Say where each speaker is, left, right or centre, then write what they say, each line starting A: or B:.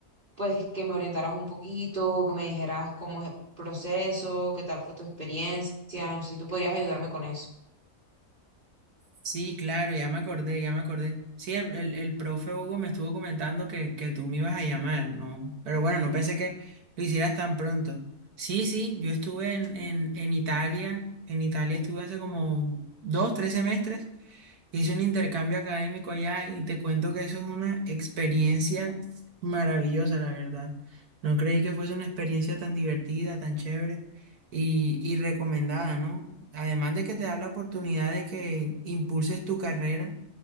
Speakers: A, on the right (about 35°); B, on the right (about 80°).
A: pues que me orientaras un poquito, que me dijeras cómo es el proceso, qué tal fue tu experiencia, no sé si tú podrías ayudarme con eso.
B: Sí, claro, ya me acordé, ya me acordé. Sí, el, el, el profe Hugo me estuvo comentando que, que tú me ibas a llamar, ¿no? Pero bueno, no pensé que lo hicieras tan pronto. Sí, sí, yo estuve en, en, en Italia, en Italia estuve hace como dos, tres semestres Hice un intercambio académico allá y te cuento que eso es una experiencia maravillosa, la verdad. No creí que fuese una experiencia tan divertida, tan chévere y, y recomendada, ¿no? Además de que te da la oportunidad de que impulses tu carrera